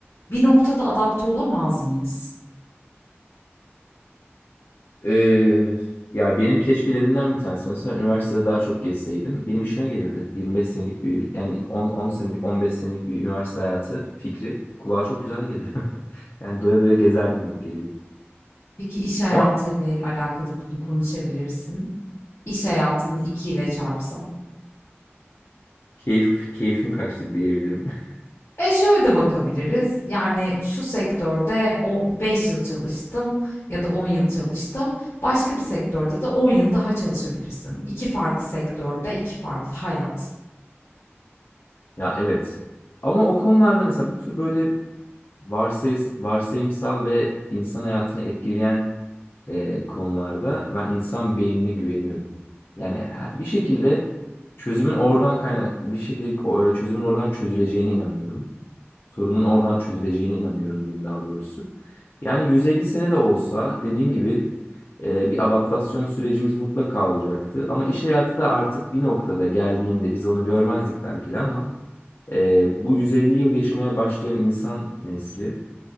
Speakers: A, on the left (about 70°); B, on the left (about 55°).
A: bir noktada adapte olamaz mıyız?
B: Ee, ya benim keşkelerimden bir tanesi mesela üniversitede daha çok gezseydim benim işime gelirdi. 25 senelik bir yani 10, 10 senelik 15 senelik bir üniversite hayatı fikri kulağa çok güzel geliyor. <laughs> Yani doya doya gezerdim gibi geliyor.
A: Peki iş hayatıyla
B: Ama
A: alakalı bunu konuşabilirsin. İş hayatını 2 ile çarpsam.
B: keyif keyfim kaçtı diyebilirim. <laughs>
A: E şöyle de bakabiliriz. Yani şu sektörde o 5 yıl çalıştım ya da 10 yıl çalıştım. Başka bir sektörde de 10 yıl daha çalışabilirsin. İki farklı sektörde iki farklı hayat.
B: Ya evet. Ama o konularda mesela bu tür böyle varsayıs, varsayımsal ve insan hayatını etkileyen e, konularda ben insan beynine güveniyorum. Yani he- bir şekilde çözümün oradan kaynak bir şekilde ko- e, çözümün oradan çözüleceğine inanıyorum. Sorunun oradan çözüleceğine inanıyorum diyeyim daha doğrusu. Yani 150 sene de olsa dediğim gibi e, bir adaptasyon sürecimiz mutlaka olacaktı. Ama iş hayatı da artık bir noktada geldiğinde biz onu görmezdik belki de ama e, bu 150 yıl yaşamaya başlayan insan nesli